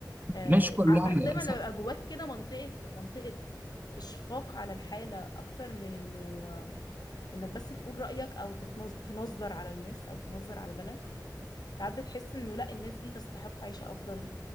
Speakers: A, on the left; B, on the right.
A: آه،
B: مش كلهم
A: عارف دايما
B: للأسف
A: لما يبقى جواك كده منطقة منطقة اشفاق على الحالة اكتر من انه آه، انك بس تقول رأيك او تتنظ- تنظر على الناس او تنظر على البلد ساعات بتحس انه لا الناس دي تستحق عيشة افضل